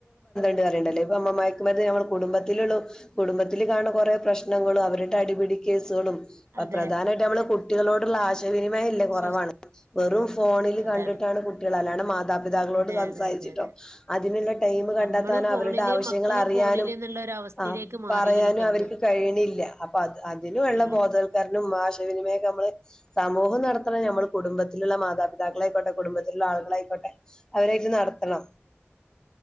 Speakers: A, on the left; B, on the right.
A: ണ്ട് പറിണ്ടല്ലേ ഇപ്പം <unintelligible> മയ്ക്ക് മരുന്ന് ഞമ്മള കുടുംബത്തിലുള്ളു കുടുംബത്തില് കാണ്‌ണ കുറേ പ്രശ്നങ്ങളും അവരുടെ അടിപിടി കേസുകളും
B: അതെ
A: പ്രധാനായിട്ട് നമ്മള് കുട്ടികളോടുള്ള ആശയവിനിമയം ഇല്ലേ കുറവാണ്
B: സ്വസ്
A: വെറും ഫോണിൽ
B: അതാണ്
A: ക ണ്ടിട്ടാണ് കുട്ടികൾ അല്ലാണം മാതാ പിതാക്കളോട്
B: അതെ
A: സംസാരിച്ചിട്ടോ
B: അതെ അതെ അതെ
A: അതിനുള്ള ടൈം കണ്ടെത്താനൊ
B: നമ്മളും ഫോണില്
A: അവരുടെ ആവശ്യങ്ങറിയാനും
B: മക്കളും ഫോണില് എന്നുള്ള ഒരു അവസ്ഥയിലേക്ക്
A: ആ
B: മാറിയിരിക്കണ്
A: പറയാനും
B: ഇപ്പൊ
A: അവര്ക്ക്
B: ഇന്ന്
A: കഴിയിണില്ല അപ്പ അത് അതിനുള്ള
B: ഇല്ല
A: ബോധവൽക്കരണം മാശയവിനിമയം ഒക്കെ നമ്മള് ത മോഹം നടത്തണം ഞമ്മള് കുടുംബത്തിലുള്ള മാതാപിതാക്കളെകൊണ്ടേ കുടുംബത്തിലുള്ള ആളുകളായിക്കോട്ടെ അവരായിട്ട് നടത്തണം